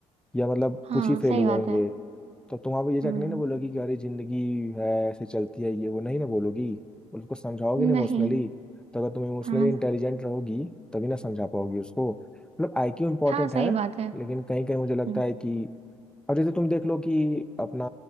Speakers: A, in the centre; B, on the right (about 45°).
A: या मतलब
B: हाँ
A: कुछ ही फेल
B: सही
A: हुए
B: बात
A: होंगे
B: है
A: तो तुम वहाँ पे ये जाकर
B: हम्म
A: नहीं ना बोलोगी कि अरे जिंदगी है ऐसे चलती है ये वो नहीं ना बोलोगी उसको समझाओगे ना
B: नहीं
A: इमोशनली तो अगर तुम इमोशनली
B: हाँ
A: इंटेलिजेंट रहोगी तभी ना समझा पाओगी उसको मतलब आईक्यू इंपॉर्टेंट
B: हाँ सही
A: है
B: बात है
A: लेकिन कहीं कहीं मुझे लगता
B: हम्म,
A: है कि अब जैसे तुम देख लो कि अपना